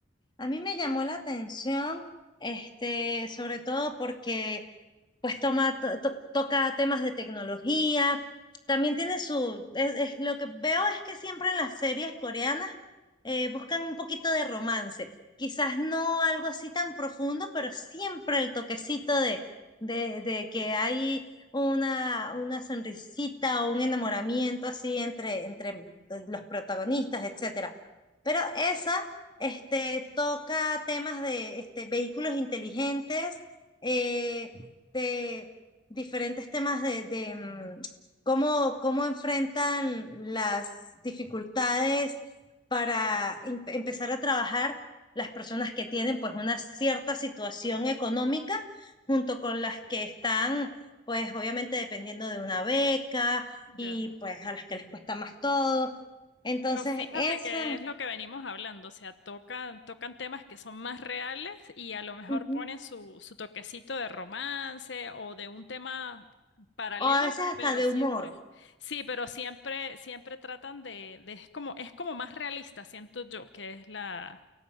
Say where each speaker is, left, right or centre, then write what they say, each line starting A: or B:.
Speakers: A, on the left; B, on the left.
A: a mí me llamó la atención, este, sobre todo porque pues toma, to- to- toca temas de tecnología. También tiene su, es, es- lo que veo es que siempre en las series coreanas eh, buscan un poquito de romance. Quizás no algo así tan profundo, pero siempre el toquecito de, de, de que hay una, una sonrisita o un enamoramiento así entre, entre los protagonistas, etcétera. Pero esa, este, toca temas de este, vehículos inteligentes. eh, de diferentes temas de, de, mm, cómo, cómo enfrentan las dificultades para em- empezar a trabajar las personas que tienen pues una cierta situación económica junto con las que están pues obviamente dependiendo de una beca y
B: Ya.
A: pues a las que les cuesta más todo. Entonces,
B: Pero fíjate
A: esa,
B: que es lo que venimos hablando, o sea, tocan, tocan temas que son más reales y a lo mejor
A: ujú,
B: ponen su, su toquecito de romance o de un tema paralelo,
A: o a veces hasta
B: pero
A: de
B: siempre,
A: humor,
B: sí, pero siempre, siempre tratan de, de- es como, es como más realista, siento yo, que es la,